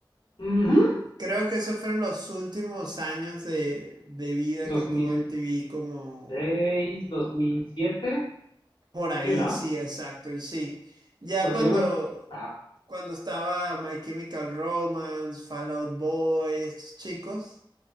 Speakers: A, on the left; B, on the right.
A: Uh-huh.
B: Creo que esos fueron los últimos años de, de vida
A: dos
B: que tuvo
A: mil
B: MTV como,
A: seis dos mil siete
B: Por ahí,
A: sí, ¿no?
B: sí, exacto, sí. Ya
A: Porque
B: cuando,
A: yo me... ajá
B: cuando estaba My Chemical Romance, Fall Out Boy, estos chicos,